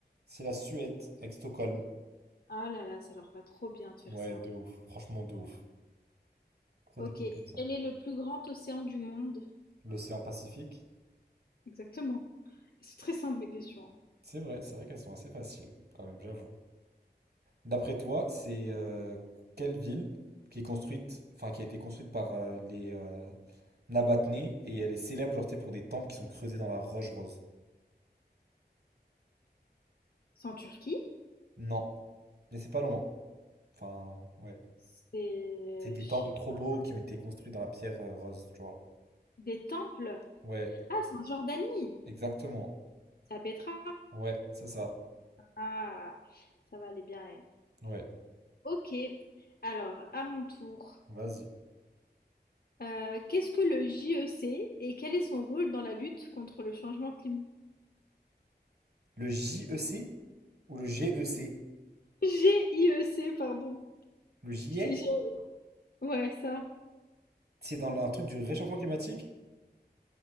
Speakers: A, on the right; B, on the left.
A: C'est la Suède, avec Stockholm.
B: Ah là là, ça leur va trop bien de faire
A: Ouais,
B: ça.
A: de ouf. Franchement, de ouf. Pourquoi
B: Ok,
A: des pays comme ça?
B: quel est le plus grand océan du monde?
A: L'océan Pacifique?
B: Exactement. C'est très simple mes questions. hein.
A: C'est vrai, c'est vrai qu'elles sont assez faciles, quand même, j'avoue. D'après toi, c'est euh, quelle ville qui est construite, enfin qui a été construite par euh, les euh, Nabatnés et elle est célèbre genre, tu sais, pour des temples qui sont creusés dans la roche rose?
B: C'est en Turquie?
A: Non, mais c'est pas loin. Enfin, ouais.
B: C'est,
A: C'est des
B: je
A: temples
B: sais
A: trop
B: pas.
A: beaux qui ont été construits dans la pierre euh, rose, tu vois.
B: Des temples?
A: Ouais,
B: Ah, c'est en Jordanie.
A: exactement.
B: C'est à Petra.
A: Ouais, c'est ça.
B: Ah, ça va aller bien elle.
A: Ouais,
B: Ok, alors à mon tour.
A: vas-y.
B: Euh, qu'est-ce que le JEC et quel est son rôle dans la lutte contre le changement climatique?
A: Le JEC ou le GEC?
B: GIEC, pardon.
A: Le GIEC?
B: Je t'ai- je- Ouais, ça.
A: C'est dans le- un truc du réchauffement climatique?